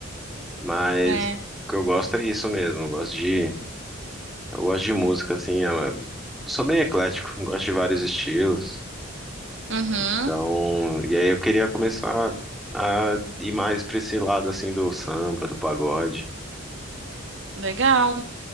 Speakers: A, in the centre; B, on the right (about 60°).
A: Mas
B: É.
A: o que eu gosto é isso mesmo. Eu gosto de, eu gosto de música, assim. Eu eu sou bem eclético, eu gosto de vários estilos.
B: Uhum.
A: Então, e aí eu queria começar a ir mais pra esse lado, assim, do samba, do pagode.
B: Legal.